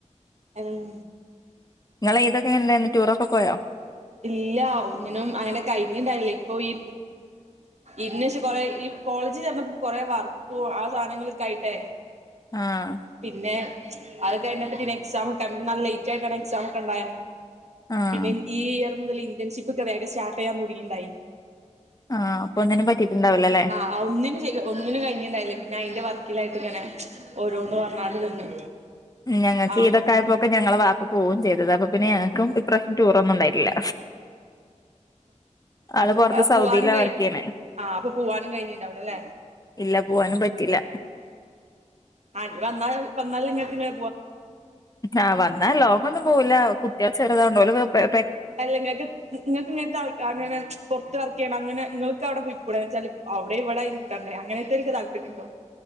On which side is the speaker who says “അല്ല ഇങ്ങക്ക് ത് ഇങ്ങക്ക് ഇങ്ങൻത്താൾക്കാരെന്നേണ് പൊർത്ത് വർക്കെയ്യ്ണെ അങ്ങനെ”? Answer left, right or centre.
Right